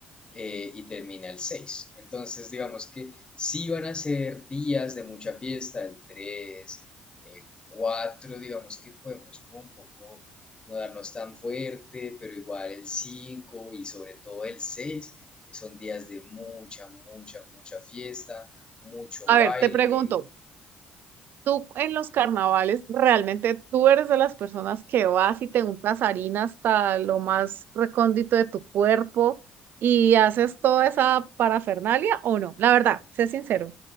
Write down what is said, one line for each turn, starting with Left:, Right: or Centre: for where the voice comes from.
Left: eh, y termina el seis Entonces, digamos que sí van a ser días de mucha fiesta, el tres el 4 digamos que podemos como un poco no darnos tan fuerte, pero igual el 5 y sobre todo el 6 eh, son días de mucha, mucha, mucha fiesta, mucho
Right: A
Left: baile.
Right: ver, te pregunto, Tú en los carnavales, realmente tú eres de las personas que vas y te untas harina hasta lo más recóndito de tu cuerpo y haces toda esa parafernalia o no. La verdad, sé sincero.